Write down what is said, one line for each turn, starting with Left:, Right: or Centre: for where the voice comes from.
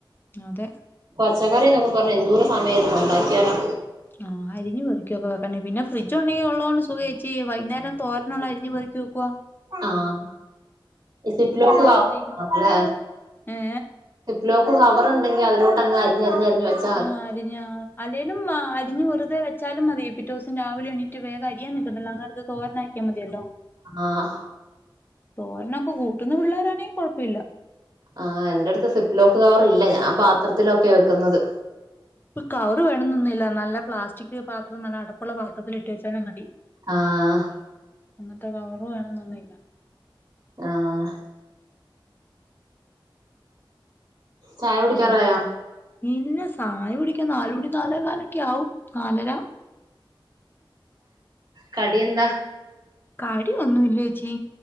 Left: അതെ
Right: പച്ചക്കറിന്നൊക്കെ പറഞ്ഞ് എന്തൂരം സമയം ഇതിനു ഉണ്ടാക്കിയാലാ
Left: ആഹ് അരിഞ്ഞ് പെറുക്കിയൊക്കെ വെക്കണ്ടെ പിന്നെ ഫ്രിഡ്ജ് ഉണ്ടെങ്കി ഉള്ളതോണ്ട് സുഖാ ചേച്ചി വൈന്നേരം തോരനൊള്ളെ അരിഞ്ഞി പെറുക്കി വെക്കുവാ
Right: ആഹ് ഇ സിപ്‌ലോക്ക്
Left: അണ്ട് രാവിലത്തേക്ക്
Right: <unintelligible> ല്ലേ
Left: ഏ
Right: സിപ്പ്ലോക്ക് കവറുണ്ടെങ്കി അതിലോട്ടങ്ങ് അരിഞ്ഞരിഞ്ഞരിഞ്ഞു വച്ചാ
Left: ആഹ് അരിഞ്ഞാ അല്ലേലും ആഹ് അരിഞ്ഞ് വെറുതെ വെച്ചാലും മതി പിറ്റേ ഊസം രാവിലെ എണീറ്റ് വേഗം അരിയാൻ നിക്കണ്ടല്ലോ അങ്ങെടുത്ത് തോരനാ- ക്കിയാമതിയല്ലോ
Right: ആഹ്
Left: തോരനൊക്കെ കൂട്ടന്ന പിള്ളോരാണെ കൊഴപ്പില്ലാ
Right: ആഹ് എന്റടുത്ത് സിപ്പ്ലോക്ക് കവറില്ല ഞാൻ പാത്രത്തിലൊക്കെയാ വയ്ക്കുന്നത്
Left: ഇപ്പൊ കവറ് വേണന്നൊന്നുല്ല നല്ല പ്ലാസ്റ്റിക് പാത്രം നല്ല അടപ്പൊള്ള പാത്രത്തിൽ ഇട്ട് വെച്ചാലും മതി
Right: ആഹ്
Left: അങ്ങത്തെ കവർ വേണം എന്നൊന്നുല്ല.
Right: ആഹ് ചായ കുടിക്കാറായോ
Left: ഏഹ് ഇല്ല സായ കുടിക്കാൻ നാല് മണി നാലേകാലൊക്കെ ആവും നാലര
Right: കടി എന്താ.
Left: കടി ഒന്നുല്ലേച്ചി